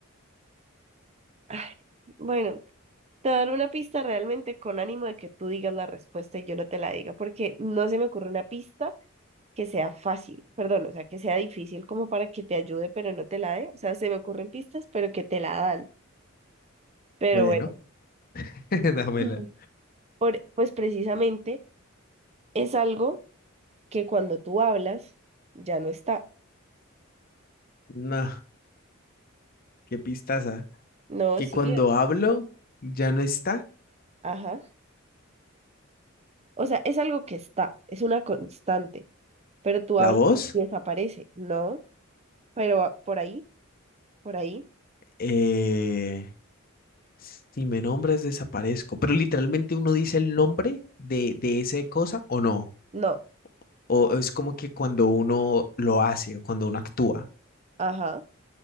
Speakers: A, on the right; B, on the left.
A: Ay, Bueno, te voy a dar una pista realmente con ánimo de que tú digas la respuesta y yo no te la diga, porque no se me ocurre una pista que sea fácil, perdón, o sea, que sea difícil como para que te ayude, pero no te la dé. O sea, se me ocurren pistas, pero que te la dan. Pero
B: Bueno,
A: bueno,
B: <laughs> Dámela.
A: Mm. por- pues precisamente es algo que cuando tú hablas ya no está.
B: no, qué pistaza.
A: No,
B: Que
A: sí,
B: cuando hablo ya no está
A: ajá. O sea, es algo que está, es una constante, pero tú
B: la
A: hablas
B: voz.
A: y desaparece, ¿no? Pero ah, por ahí, por ahí.
B: Eh, si me nombras, desaparezco. Pero literalmente uno dice el nombre de, de esa cosa o no.
A: No,
B: O es como que cuando uno lo hace o cuando uno actúa.
A: ajá,